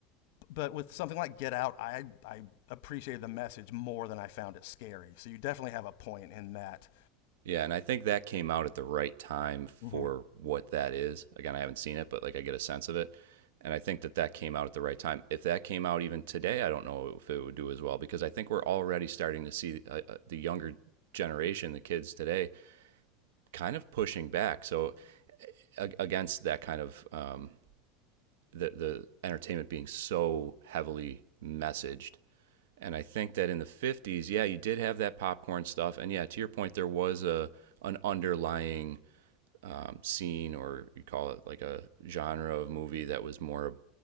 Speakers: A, on the left; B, on the right.
A: but with something like Get Out, I I appreciated the message more than I found it scary. So you definitely have a point in that.
B: Yeah, and I think that came out at the right time for
A: Mm-hmm.
B: what that is. Again, I haven't seen it, but like I get a sense of it. And I think that that came out at the right time. If that came out even today, I don't know if it would do as well because I think we're already starting to see uh, uh, the younger generation, the kids today, kind of pushing back. So a- against that kind of um, the the entertainment being so heavily messaged, and I think that in the '50s, yeah, you did have that popcorn stuff, and yeah, to your point, there was a an underlying um, scene or you call it like a genre of movie that was more